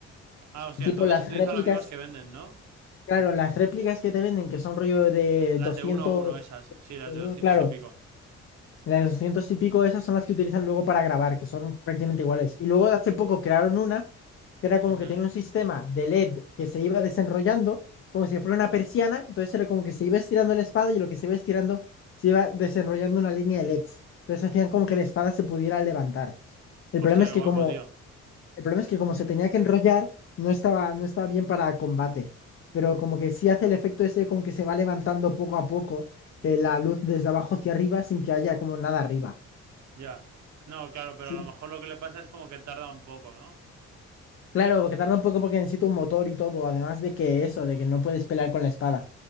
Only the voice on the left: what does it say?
Tipo
las
réplicas,
claro, las réplicas que te venden, que son rollo de
200
eh,
claro,
las 200 y pico, esas son las que utilizan luego para grabar, que son prácticamente iguales. Y luego hace poco crearon una que era como
que tenía un sistema de LED que se iba desenrollando, como si fuera una persiana, entonces era como que se iba estirando la espada y lo que se iba estirando se iba desenrollando una línea de LEDs. Entonces hacían como que la espada se pudiera levantar. El
problema es
que
como,
el problema es que como se tenía que enrollar, no estaba, no estaba bien para combate, pero como que sí hace el efecto ese como que se va levantando poco a poco eh, la luz desde abajo hacia arriba sin que haya como nada arriba.
Sí,
claro, porque tarda un poco porque necesita un motor y todo, además de que eso, de que no puedes pelear con la espada.